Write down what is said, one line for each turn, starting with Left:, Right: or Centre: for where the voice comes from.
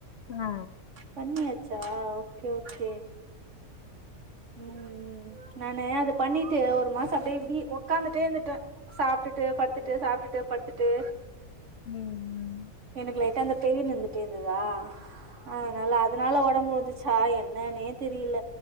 Left: ஆ
Right: பண்ணியாச்சா ஓகே ஓகே ம் ம் நானு அது பண்ணிட்டு ஒரு மாசோ அப்டியே வீ ஒக்காந்துட்டே இருந்துட்டே சாப்ட்டுட்டு படுத்துட்டு சாப்ட்டுட்டு படுத்துட்டு
Left: ம் ம்
Right: எனக்கு லைட்டா அந்த பெய்னு இருந்துட்டே இருந்ததா அது னால அதுனால ஒடம்பு வந்துச்சா என்னன்னே தெரியல